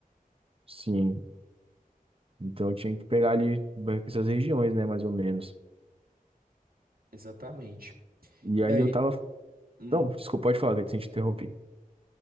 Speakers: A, on the right; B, on the right.
A: Sim, Então eu tinha que pegar ali essas regiões, né, mais ou menos.
B: Exatamente.
A: E
B: E
A: aí
B: aí,
A: eu tava.
B: hum,
A: Não, desculpa, pode falar, que eu te interrompi.